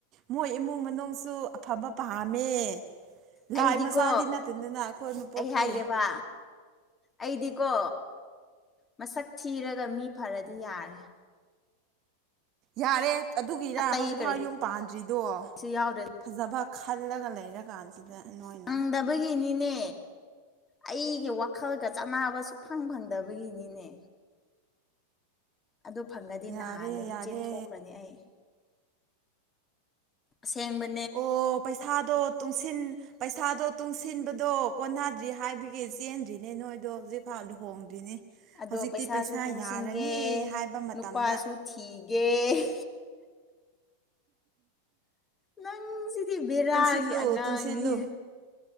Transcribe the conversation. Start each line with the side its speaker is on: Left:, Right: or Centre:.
Right: ꯃꯣꯏ ꯏꯃꯨꯡ ꯃꯅꯨꯡꯁꯨ ꯑꯐꯕ ꯄꯥꯝꯃꯦ
Left: ꯑꯩꯗꯤꯀꯣ
Right: ꯂꯥꯏ ꯃꯆꯥꯗꯤ ꯅꯠꯇꯗꯅ ꯑꯩꯈꯣꯏ ꯃꯄꯣꯛꯇꯤ
Left: ꯑꯩ ꯍꯥꯏꯒꯦꯕ ꯑꯩꯗꯤꯀꯣ ꯃꯁꯛ ꯊꯤꯔꯒ ꯃꯤ ꯐꯔꯗꯤ ꯌꯥꯔꯦ
Right: ꯌꯥꯔꯦ ꯑꯗꯨꯒꯤꯔ
Left: ꯑꯇꯩ
Right: ꯍꯧꯖꯤꯛꯐꯥꯎ
Left: ꯀꯔꯤꯁꯨ
Right: ꯌꯨꯝ ꯄꯥꯟꯗ꯭ꯔꯤꯗꯣ
Left: ꯌꯥꯎꯗ꯭ꯔꯦ
Right: ꯐꯖꯕ ꯈꯜꯂꯒ ꯂꯩꯔ ꯀꯥꯟꯁꯤꯗ ꯅꯣꯏꯅ
Left: ꯐꯪꯗꯕꯒꯤꯅꯤꯅꯦ ꯑꯩꯒꯤ ꯋꯥꯈꯜꯒ ꯆꯥꯟꯅꯕ ꯁꯨꯛꯐꯪ ꯐꯪꯗꯕꯒꯤꯅꯤꯅꯦ ꯑꯗꯨꯗꯣ ꯐꯪꯉꯗꯤ
Right: ꯌꯥꯔꯦ
Left: ꯅꯍꯥꯟꯗꯒꯤ
Right: ꯌꯥꯔꯦ
Left: ꯆꯦꯟꯊꯣꯛꯈ꯭ꯔꯅꯤ ꯑꯩ ꯑꯁꯦꯡꯕ
Right: ꯑꯣ ꯄꯩꯁꯥꯗꯣ ꯇꯨꯡꯁꯤꯟ ꯄꯩꯁꯥꯗꯣ ꯇꯨꯡꯁꯤꯟꯕꯗꯣ ꯀꯣꯟꯅꯗ꯭ꯔꯤ ꯍꯥꯏꯕꯒꯤ ꯆꯦꯟꯗ꯭ꯔꯤꯅꯦ ꯅꯣꯏꯗꯣ ꯍꯧꯖꯤꯛꯐꯥꯎ ꯂꯨꯍꯣꯡꯗ꯭ꯔꯤꯅꯤ
Left: ꯑꯗꯣ
Right: ꯍꯧꯖꯤꯛꯇꯤ
Left: ꯄꯩꯁꯥꯁꯨ
Right: ꯄꯩꯁꯥ
Left: ꯇꯨꯡꯁꯤꯟꯒꯦ
Right: ꯌꯥꯔꯅꯤ ꯍꯥꯏꯕ ꯃꯇꯝꯗ
Left: ꯅꯨꯄꯥꯁꯨ ꯊꯤꯒꯦ ꯅꯪꯁꯤꯗꯤ ꯕꯦꯔꯥꯒꯤ
Right: ꯇꯨꯡꯁꯤꯂꯣ
Left: ꯑꯉꯥꯡꯅꯤꯍꯦ
Right: ꯇꯨꯡꯁꯤꯂꯣ